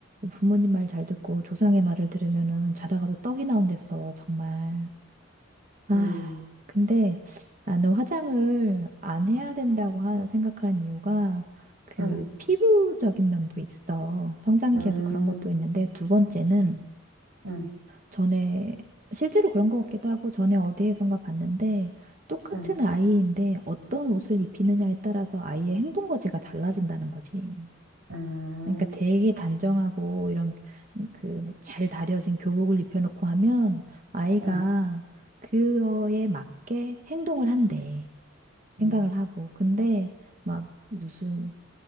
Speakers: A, on the right; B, on the right.
A: 부모님 말 잘 듣고 조상의 말을 들으면은 자다가도 떡이 나온댔어 정말. 아,
B: 음,
A: 근데 나는 화장을 안 해야 된다고 하, 생각하는 이유가 그
B: 음,
A: 피부적인 면도 있어. 성장기에서
B: 음,
A: 그런 것도 있는데 두 번째는
B: 음,
A: 전에 실제로 그런 것 같기도 하고 전에 어디에선가 봤는데 똑같은
B: 음,
A: 아이인데 어떤 옷을 입히느냐에 따라서 아이의 행동 거지가 달라진다는 거지.
B: 음,
A: 그러니까 되게 단정하고 이런 그 뭐 잘 다려진 교복을 입혀놓고 하면 아이가
B: 음,
A: 그거에 맞게 행동을 한대.
B: 음,
A: 생각을 하고. 근데 막 무슨